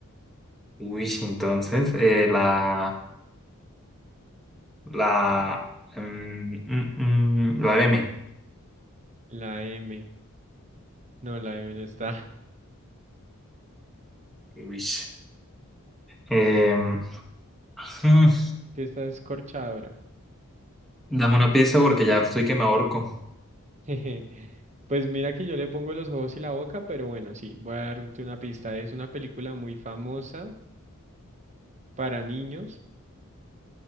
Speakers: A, in the centre; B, on the right.
A: Uy, sí, entonces, eh, la La, mm, mm, mm, la M.
B: La M, no, la M no está. Es
A: Uy. Em, mm,
B: que está escorchadora.
A: dame una pista porque ya estoy que me ahorco.
B: <laughs> Pues mira que yo le pongo los ojos y la boca, pero bueno, sí, voy a darte una pista. Es una película muy famosa para niños,